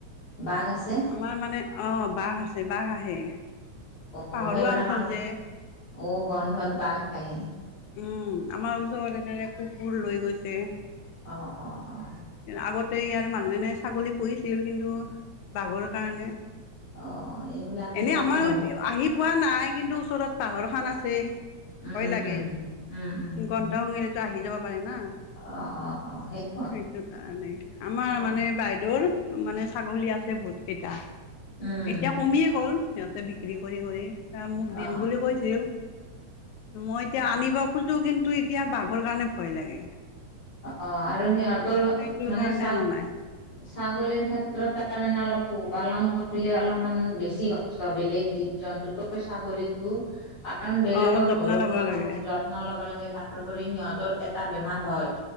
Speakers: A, on the left; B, on the left.
A: বাঘ আছে
B: আমাৰ মানে অহ বাঘ আছে বাঘ আহে।
A: অ
B: পাহৰুৱা
A: সেইবিলাক
B: অঞ্চল যে।
A: অ গন্ধত। বাঘ আহে
B: উম আমাৰ ওচৰত তেনে কুকুৰ লৈ গৈছে।
A: অ অ অ।
B: আগতে ইয়াৰ মানুহ এনে ছাগলী পুহিছিল কিন্তু বাঘৰ কাৰণে
A: অ এইবিলাক তেতিয়া
B: এনে আমাৰ
A: হয়
B: আহি পোৱা নাই কিন্তু ওচৰত পাহৰ খান আছে।
A: উম
B: ভয় লাগে,
A: উম উম, উম,
B: গন্ধ
A: উম।
B: শুঙিলেতো আহি যাব। পাৰে না
A: অ অ অ সেইটো।
B: সেইটো কাৰণে আমাৰ
A: হয়।
B: মানে বাইদেউৰ মানে ছাগলী আছে বহুত কেইটা।
A: উম,
B: এতিয়া কমিয়ে গ'ল সিহঁতে বিক্ৰী কৰি কৰি, ত মোক
A: অ',
B: দিম বুলি কৈছিল। মই এতিয়া আনিব খোজো কিন্তু এতিয়া বাঘৰ কাৰণে ভয় লাগে।
A: অ আৰু সিহঁতৰ
B: সেইটোৰ
A: মানে
B: কাৰণে
A: চাক
B: অনা নাই
A: ছাগলীৰ ক্ষেত্ৰত তাৰ মানে অলপ পোহপালন কৰিলে অলপমান বেছি কষ্ট বেলেগ জীৱ জন্তুকৈ ছাগলীটো কাৰণ বেলেগৰ
B: অ অলপ যত্ন
A: ঘৰত
B: ল'ব
A: সোমাব
B: লাগে
A: যত্ন ল'ব লাগে তাৰপৰি সিহঁতৰ এটা বেমাৰ হয়